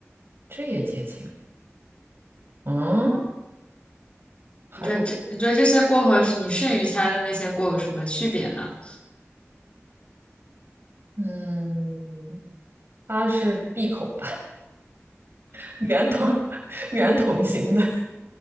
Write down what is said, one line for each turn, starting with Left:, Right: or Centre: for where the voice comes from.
Right: 这也接近。嗯，还有，
Left: 你觉得这你觉得这些锅和你剩余猜的那些锅有什么区别呢？
Right: 嗯，它是闭口的，<laughs> 圆筒 <laughs> 圆筒形的